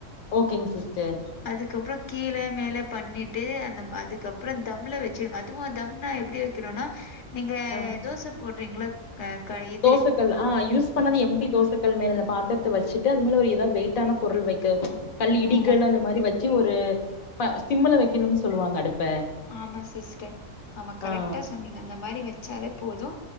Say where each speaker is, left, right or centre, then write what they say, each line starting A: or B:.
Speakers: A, on the left (about 80°); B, on the left (about 60°).
A: ஓகேங் சிஸ்டர்
B: அதுக்கப்றோ கீலே மேல பண்ணிட்டு அந்த அதுக்கப்றோ தம்ல வச்சிருங்க அதுவு தம்னா எப்டி வெக் கனோன்னா நீங்க
A: ஆ
B: தோச போட்றீங்ள <unintelligible>
A: தோசக்கல் அ யூஸ் பண்ணது எம்டி தோசக்கல் மேல இந்த பாத்திரத்த வெச்சுட்டு அது மேல ஒரு ஏதா வெயிட்டான பொருள் வைக்க கல் இடிகல்
B: ஆமா,
A: அந்த மாரி வச்சு ஒரு பா சிம்முல்ல வைக்குனுன்னு சொல்லுவாங்க அடுப்ப
B: ஆமா சிஸ்டர் ஆமா கரெக்டா
A: ஆ
B: சொன்னீங்க அந்த மாரி வெச்சாலே போது